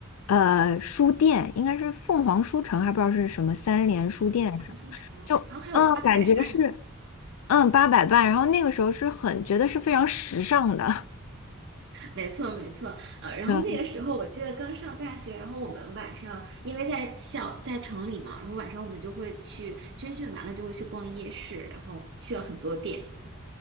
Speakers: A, on the left (about 80°); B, on the right (about 60°).
A: 呃书店，应该是凤凰书城，还不知道是什么三联书店什么就嗯，
B: 黄书城，然后还有八佰伴。
A: 感觉是嗯八佰伴，然后那个时候是很觉得是非常时尚的，
B: 没错，没错，呃，然后那个时候我记得刚上大学，
A: <laughs>
B: 然后我们晚上因为在校在城里嘛，然后晚上我们就会去军训完了就会去逛夜市，然后去了很多店。